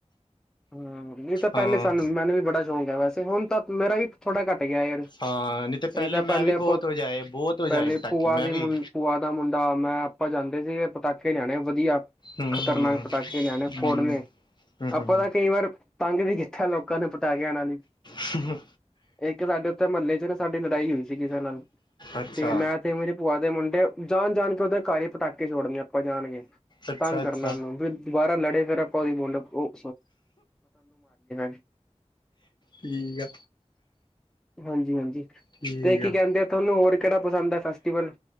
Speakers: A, in the centre; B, on the left (about 40°).
A: ਹੂੰ ਨਹੀਂ ਤਾਂ
B: ਹਾਂ
A: ਪਹਿਲੇ ਸਾਨੂੰ ਮੈਨੂੰ ਵੀ ਬੜਾ ਸ਼ੌਂਕ ਐ ਵੈਸੇ ਹੁਣ ਤਾਂ ਮੇਰਾ ਹੀ ਥੋੜ੍ਹਾ ਘੱਟ ਗਿਆ, ਯਾਰ
B: ਹਾਂ ਨਹੀਂ ਤੇ
A: ਇਹ ਤਾਂ
B: ਮੈਂ
A: ਪਹਿਲੇ
B: ਵੀ
A: ਆਪਾਂ
B: ਬਹੁਤ ਵਜਾਏ ਬਹੁਤ ਵਜਾਏ
A: ਪਹਿਲੇ
B: ਪਟਾਕੇ
A: ਭੂਆ
B: ਮੈਂ
A: ਦੀ
B: ਵੀ
A: ਮੁੰ ਪੂਆ ਦਾ ਮੁੰਡਾ ਮੈਂ ਆਪਾਂ ਜਾਂਦੇ ਸੀਗੇ, ਪਟਾਕੇੇ ਲਿਆਣੇ ਵਧੀਆ
B: ਹੂੰ ਹੂੰ
A: ਖ਼ਤਰਨਾਕ ਪਟਾਕੇ ਲਿਆਣੇ
B: ਹੂੰ
A: ਫੋੜਨੇ
B: ਹੂੰ
A: ਪਤਾ
B: ਹੂੰ
A: ਕਈ ਵਾਰ ਤੰਗ ਵੀ ਕੀਤਾ ਲੋਕਾਂ ਨੇ ਪਟਾਕਿਆ ਨਾਲ ਈ
B: ਹੂ ਹੂ
A: ਇੱਕ ਸਾਡੇ ਉੱਥੇ ਮਹੱਲੇ ਚ ਨਾ ਸਾਡੀ ਲੜਾਈ ਹੋਈ ਸੀ ਕਿਸੇ ਨਾਲ
B: ਅੱਛਾ
A: ਤੇ ਮੈ ਮੇਰੀ ਭੂਆ ਦੇ ਮੁੰਡੇ ਜਾਣ ਜਾਣ ਕੇ ਓਦੇ ਘਰ ਪਟਾਕੇ ਛੋੜਨੇ ਆਪਾਂ ਜਾਣਗੇ
B: ਅੱਛਾ
A: ਤੰਗ
B: ਅੱਛਾ
A: ਕਰਨਾ ਓਨੂੰ ਵੀ ਦੁਬਾਰਾ ਲੜੇ ਫਿਰ ਆਪਾਂ ਓਦੀ ਬੁੰਡ ਉਹ <unintelligible>
B: ਠੀਕ ਆ
A: ਹਾਂਜੀ-ਹਾਂਜੀ
B: ਠੀਕ
A: ਤੇ ਕੀ
B: ਆ
A: ਕਹਿੰਦੇ। ਤੁਹਾਨੂੰ ਹੋਰ ਕਿਹੜਾ ਪਸੰਦ ਐ ਫੈਸਟੀਵਲ